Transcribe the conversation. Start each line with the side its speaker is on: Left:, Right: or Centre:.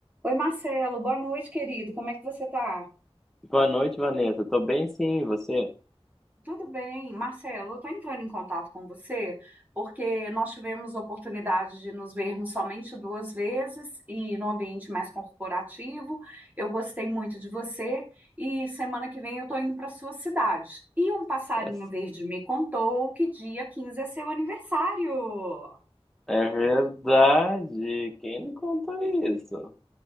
Right: Oi, Marcelo, boa noite, querido. Como é que você tá?
Centre: Boa noite, Vanessa. Tô bem, sim, e você?
Right: Tudo bem, Marcelo, eu tô entrando em contato com você porque nós tivemos a oportunidade de nos vermos somente duas vezes e no ambiente mais corporativo. Eu gostei muito de você e semana que vem eu estou indo para sua cidade. E um passarinho
Centre: É,
Right: verde me contou que dia 15 é seu aniversário.
Centre: é verdade. Quem me contou isso?